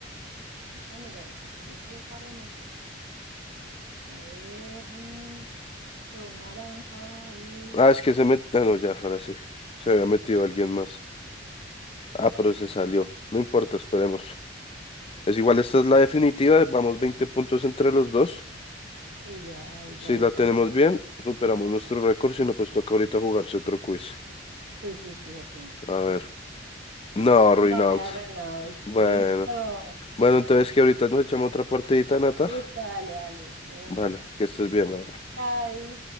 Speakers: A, on the right; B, on the left.
A: Vamos a mirar, porque yo sí de carro no sé. A ver, mm, yo voy naranja. y-
B: Ah, es que se metió. Ah, no, ya, ahora sí. Se había metido alguien más. Ah, pero se salió. No importa, esperemos. Es igual, esta es la definitiva. Vamos 20 puntos entre los dos.
A: Sí, ya,
B: Si
A: ya alcanzamos.
B: la tenemos bien, superamos nuestro récord. Si no, pues toca ahorita jugarse otro quiz.
A: Sí, sí, sí, apenas.
B: A ver. No, Reynolds.
A: No, era Renault.
B: Bueno.
A: Listo,
B: Bueno, entonces que ahorita nos echamos otra partidita, Nata.
A: listo, dale, dale, de una.
B: Vale, que estés bien, mamá.
A: Chao.